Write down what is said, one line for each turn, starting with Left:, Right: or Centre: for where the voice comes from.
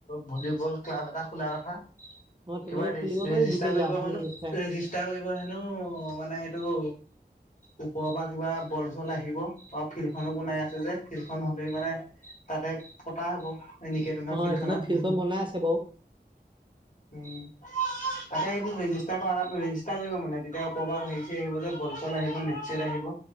Left: ভলীবল ক্লাব এটা খোলাৰ কথা!
Right: অ তেনেকে
Left: কিবা
Right: খুলিব
Left: ৰেজিষ্টাৰ
Right: পাৰি গোটেই
Left: কৰিব
Right: ল'ৰা খিনি
Left: হেনো,
Right: গোট খাই
Left: ৰেজিষ্টাৰ কৰিব হেনো মানে ঔ ওপৰৰ পৰা কিবা বল চল আহিব আৰু ফিল্ড খনো বনাই আছে যে ফিল্ডখন হলেই মানে তাতে পতা হ'ব নিকেতনৰ
Right: অ
Left: ফিল্ডখনত
Right: এইখনত ফিল্ডখন বনাই আছে বাৰু
Left: উম তাকে এইটো ৰেজিষ্টাৰ কৰাৰ আগত ৰেজিষ্টাৰ কৰিব মানে তেতিয়া ওপৰৰ পৰা হেৰি চেৰি আহিব যে বলচল আহিব নেট ছেট আহিব।